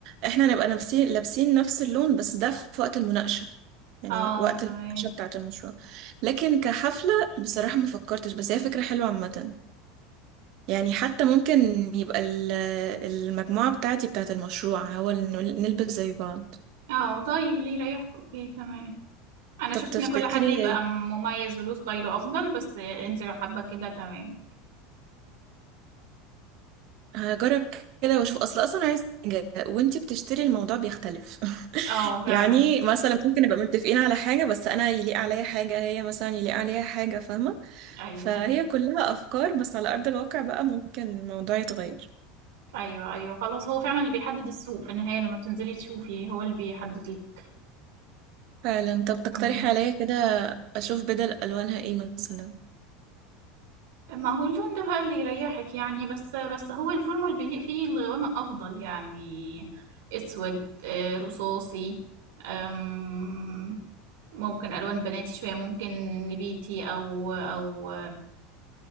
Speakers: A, on the right; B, on the right.
A: احنا نبقى نفسي لابسين نفس اللون بس ده في وقت المناقشه يعني
B: اه
A: وقت
B: تمام
A: المناقشه بتاعه المشروع لكن كحفله بصراحه ما فكرتش بس هي فكره حلوه عامه يعني حتى ممكن يبقى ال- المجموعه بتاعتي بتاعه المشروع هو اللي نلبس زي بعض
B: اه طيب اللي يريحك اوكي تمام انا
A: طب
B: شفت
A: تفتكري
B: ان كل حد يبقى مميز وله ستايله افضل بس انت لو حابه كده تمام
A: هجرب كده واشوف اصل اصلا عايز حاجة وانتي بتشتري الموضوع بيختلف <laughs>
B: اه فعلا
A: يعني مثلا ممكن نبقى متفقين على حاجة بس انا يليق عليا حاجة هي مثلا يليق عليها حاجة فاهمة
B: ايوه
A: فهي كلها افكار بس على ارض الواقع بقى ممكن الموضوع يتغير
B: ايوه ايوه خلاص هو فعلا اللي بيحدد السوق في النهايه لما بتنزلي تشوفي هو اللي بيحدد لك
A: فعلا طب تقترحي
B: مم.
A: عليا كده اشوف بدل الوانها ايه مثلا
B: ما هو اللون ده بقى اللي يريحك يعني بس بس هو الفورمال بيليق فيه الغوامق افضل يعني اسود آه، رصاصي أم، ممكن الوان بناتي شويه ممكن نبيتي او او